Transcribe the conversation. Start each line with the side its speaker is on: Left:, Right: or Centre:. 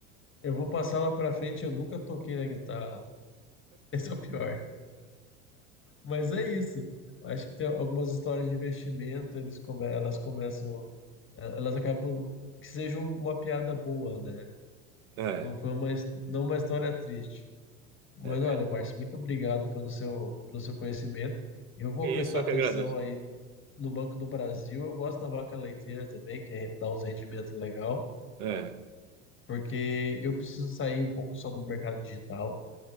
Left: eu vou passar lá pra frente, eu nunca toquei na guitarra. <laughs> Esse é o pior. Mas é isso. Acho que tem algumas histórias de investimento, eles come, elas começam, eh, elas acabam que sejam uma piada boa, né?
Right: É,
Left: Não foi uma, his- não uma história triste. Mas
Right: é verdade.
Left: olha, Márcio, muito obrigado pelo seu, pelo seu conhecimento. Eu vou
Right: É
Left: prestar
Right: Isso eu
Left: atenção
Right: que agradeço.
Left: aí no Banco do Brasil. Eu gosto da vaca leiteira também, que é- dá uns rendimentos legal,
Right: É,
Left: porque eu preciso sair um pouco só do mercado digital,